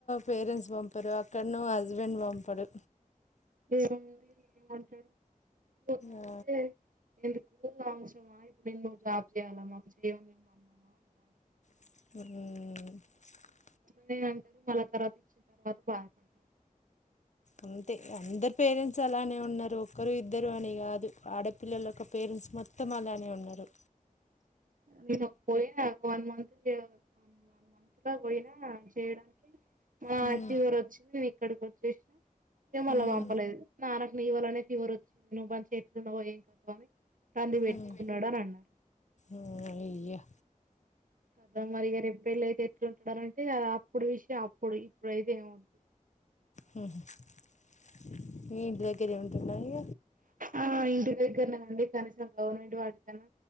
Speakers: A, on the left; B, on the right.
A: పేరెంట్స్ పంపరు అక్కడనో హస్బెండ్ పంపరు
B: ఏముంది ఏమమంటాడు పోతాంటే
A: ఆ
B: ఎందుకు అవసరం ఆ ఎప్పుడూ ఇప్పున్న నువ్వు జాబ్ చేయాల మాకు చేయ అన్నావా అంటారు
A: అ
B: ఉండఏ అంటారు తర్వాత ఇచ్చిన తర్వాత బాధపడతారు
A: అంతే అందరు పేరెంట్స్ అలానే ఉన్నారు ఒరు ఇద్దరు అని కాదు ఆడపిల్లలు ఒక పేరెంట్స్ మొత్తం అలానే ఉన్నారు
B: నేను పోయి వన్ మంత్న్ వన్ మంత్ లా పోయినా చేయడానికి ఆ
A: ఉమ్
B: ఫీవర్ వచ్చిందిే ఇక్కడికి వచ్చే <unintelligible> ఏం మళలా
A: ఉమ్
B: పంపలేదు నానకు నీవ్వలనే ఫలివర్ వచ్చింది నువ్వుంచి చెట్లున్నావవు ఏం కదువు అని రంది పెట్టుకున్నాడు
A: ఉమ్
B: అని అన్నారు
A: ఉమ్ అయ్యో
B: కదమ్మరిగా రెపెళ్లు అయితే చంటాంటే అ అప్పుడు విషయం అప్పుడు ఇప్పుడుయితే ఏముదు
A: న ఇంటి దగ్గరే ఉంటునవ మరి
B: ఆ ఇంటి దగ్గర అండి కనీసం గవర్నమెంట్ వాటికన్నా